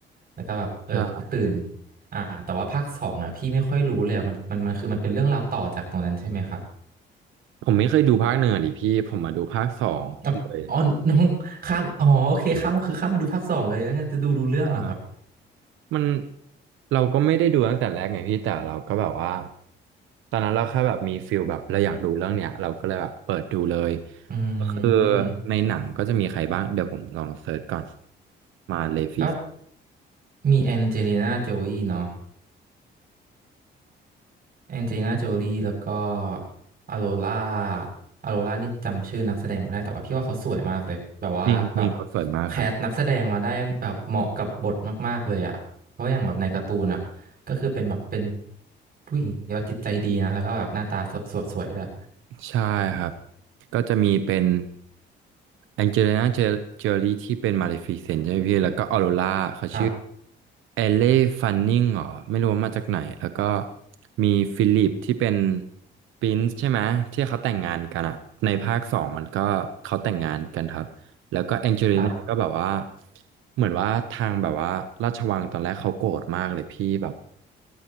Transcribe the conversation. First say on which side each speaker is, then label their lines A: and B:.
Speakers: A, on the right (about 50°); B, on the right (about 80°).
A: แล้วก็แบบเออตื่น
B: ใช่
A: อ่าแต่ว่าภาคสองเนี่ยพี่ไม่ค่อยรู้เลยอะมันมันมันคือมันเป็นเรื่องราวต่อจากตรงนั้นใช่ไหมครับ
B: ผมไม่เคยดูภาคหนึ่งอะดิพี่ผมมาดูภาคสองเลย
A: อ่ะอ๋อน้องข้ามอ๋อโอเคข้ามคือข้ามไปดูภาคสองเลยงั้นจะดูรู้เรื่องเหรอครับ
B: ใช่ มันเราก็ไม่ได้ดูตั้งแต่แรกไงพี่แต่เราก็แบบว่าตอนนั้นเราแค่แบบมีฟิลแบบเราอยากดูเรื่องเนี้ยเราก็เลยแบบเปิดดูเลย
A: อื
B: ก็คือ
A: ม
B: ในหนังก็จะมีใครบ้างเดี๋ยวผมลองเซิร์ชก่อนมาเลฟิส
A: ก็มีแองเจลิน่าโจลีเนาะ แองเจลิน่าโจลี่แล้วก็อโรล่าอโรล่านี่จำชื่อนักแสดงไม่ได้ แต่ว่าพี่ว่าเขาสวยมากเลย แบบว่าแบบ
B: จริงๆเขาสวยมากครับ
A: แคสนักแสดงมาได้แบบเหมาะกับบทมากๆเลยอ่ะ เพราะอย่างแบบในการ์ตูนอ่ะ ก็คือเป็นแบบเป็นผู้หญิงที่ว่าจิตใจดีนะแล้วก็แบบหน้าตาสวยสวยด้วย
B: ใช่ครับก็จะมีเป็นแองเจลิน่าเจอรี่ที่เป็นมาเลฟิเซนใช่ไหมพี่แล้วก็ออโรราเขาชื่อ
A: ครับ
B: เอเล่ฟันนิงเหรอไม่รู้ว่ามาจากไหนแล้วก็มีฟิลิปที่เป็นปรินซ์ใช่ไหมที่เขาแต่งงานกันอะในภาคสองมันก็เขาแต่งงานกันครับแล้วก็แองเจลิน่าก็แบบว่า
A: ครับ
B: เหมือนว่าทางแบบว่าราชวังตอนแรกเขาโกรธมากเลยพี่แบบ